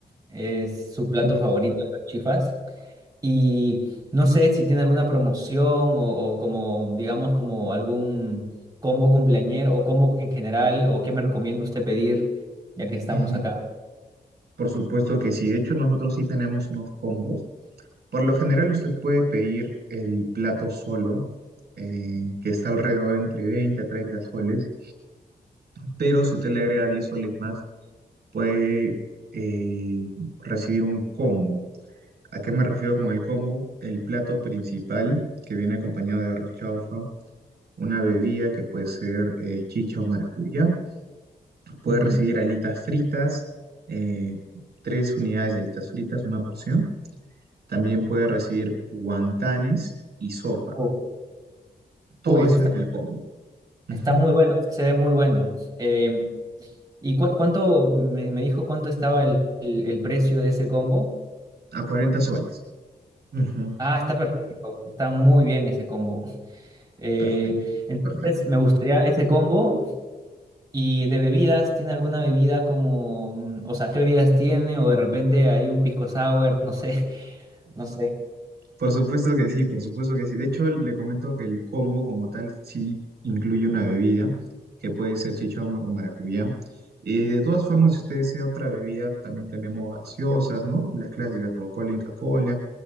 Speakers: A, on the right; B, on the right.
A: Es su plato
B: ujú,
A: favorito de los chifas. Y no sé si tiene alguna promoción o, o como, digamos, como algún combo cumpleañero o combo en general o qué me recomienda usted pedir ya que estamos
B: ujú.
A: acá.
B: Por supuesto que sí. De hecho, nosotros sí tenemos unos combos. Por lo general, usted puede pedir el plato solo, eh, que está alrededor entre 20 a 30 soles. Pero si usted le agrega 10 soles más, puede eh, recibir un combo. ¿A qué me refiero con el combo? El plato principal, que viene acompañado de arroz chaufa, una bebida que puede ser eh, chicha o maracuyá. Puede
A: Ujú.
B: recibir alitas fritas, eh, tres unidades de alitas fritas, una porción También puede recibir guantanes y sopa.
A: Oh,
B: Todo
A: Uy, ese
B: eso
A: está,
B: en el combo. Ujú.
A: está muy bueno, ese se ve muy bueno. Em, ¿y cuán- cuánto, me, me dijo cuánto estaba el, el el precio de ese combo?
B: A 40 soles. Ujú.
A: Ah, está perfecto, está muy bien ese combo. Eh,
B: Perfecto,
A: entonces
B: perfecto.
A: me gustaría ese combo. Y de bebidas, ¿tiene alguna bebida como, mm, o sea, qué bebidas tiene? O de repente hay un pisco sour, no sé, <laughs> no sé.
B: Por supuesto que sí, por supuesto que sí. De hecho, le comento que el combo como tal sí incluye una bebida, que puede ser chichón o maracuyá. Y de todas formas, si usted desea otra bebida, también tenemos gaseosas, ¿no? Las clásicas, Coca-Cola, Inca Kola,